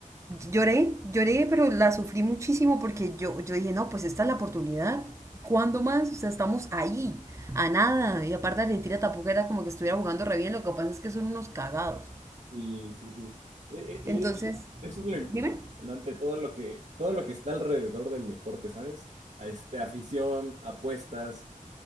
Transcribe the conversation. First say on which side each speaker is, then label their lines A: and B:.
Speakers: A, on the right; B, on the right.
A: Lloré, lloré, pero la sufrí muchísimo porque yo, yo dije, no, pues esta es la oportunidad. ¿Cuándo más? O sea, estamos ahí, a nada. Y aparte Argentina tampoco era como que estuviera jugando re bien, lo que pasa es que son unos cagados.
B: Sí, sí, sí. E- e- Y
A: Entonces,
B: eso es lo impresionante,
A: dime.
B: todo lo que, todo lo que está alrededor del deporte, ¿sabes? A este, afición, apuestas,